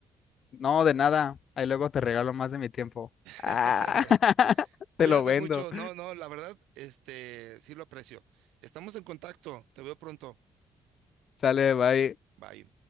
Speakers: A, on the left; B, on the right.
A: No, de nada. Ahí luego te regalo más de mi tiempo. Ah,
B: <laughs>
A: <laughs>
B: Cuídate
A: te lo vendo.
B: mucho. No, no, la verdad, este, sí lo aprecio. Estamos en contacto. Te veo pronto.
A: Sale, bye.
B: Bye.